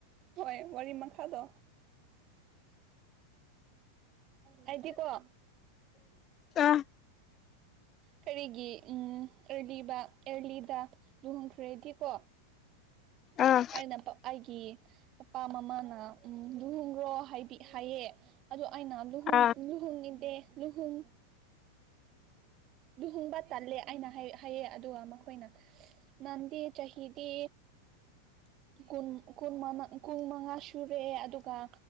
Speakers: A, on the right; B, on the left.
A: ꯍꯣꯏ ꯋꯥꯔꯤ ꯃꯈꯥꯗꯣ ꯍꯥꯏꯗꯤ ꯀꯣ
B: ꯇꯥꯏ
A: ꯀꯔꯤꯒꯤ ꯎꯝ ꯑꯦꯔꯂꯤꯗ ꯑꯦꯔꯂꯤꯗ ꯂꯨꯍꯣꯡꯈ꯭ꯔꯗꯤꯀꯣ
B: ꯑꯥ
A: ꯂꯝꯄꯛꯑꯩꯒꯤ ꯄꯄꯥ ꯃꯃꯥꯅ ꯎꯝ ꯂꯨꯍꯣꯡꯈ꯭ꯔꯣ ꯍꯥꯏꯗꯤ ꯍꯥꯏꯌꯦ ꯑꯗꯨ ꯑꯩꯅ ꯂꯨꯍꯣꯡ
B: ꯑꯥ
A: ꯂꯨꯍꯣꯡꯅꯤꯡꯗꯦ ꯂꯨꯍꯣꯡ ꯂꯨꯍꯣꯡꯕ ꯇꯜꯂꯦ ꯑꯩꯅ ꯍꯥꯏ ꯍꯥꯏꯌꯦ ꯑꯗꯨꯒ ꯃꯈꯣꯏꯅ꯫ ꯅꯟꯗꯤ ꯆꯍꯤꯗꯤ ꯀꯨꯟ ꯀꯨꯟ ꯃꯅꯥ ꯀꯨꯟ ꯃꯉꯥ ꯁꯨꯔꯛꯑꯦ ꯑꯗꯨꯒ